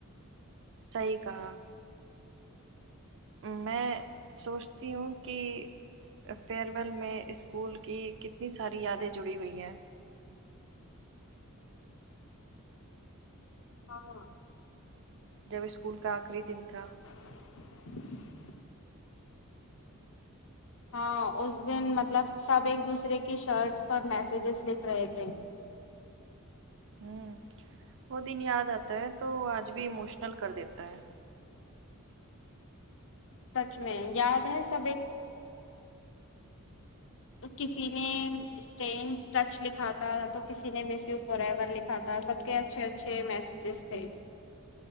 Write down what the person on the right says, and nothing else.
صحیح کہا میں سوچتی ہوں کہ فیئرویل میں اسکول کی کتنی ساری یادیں جڑی ہوئی ہیں
جب اسکول کا آخری دن تھا
ہوں وہ دن یاد آتا ہے تو آج بھی اموشنل کر دیتا ہے